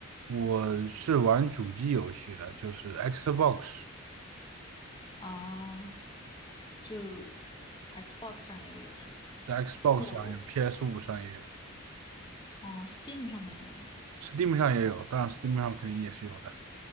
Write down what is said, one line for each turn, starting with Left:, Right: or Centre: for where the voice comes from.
Right: 我是玩主机游戏的，就是 Xbox，
Left: 哦，就 Xbox 上也有是吧？
Right: 在 Xbox
Left: 那我
Right: 上有 p s 五上也有
Left: 嗯，Steam 上面有吗？
Right: ，Steam 上也有，当然 Steam 上肯定也是有的。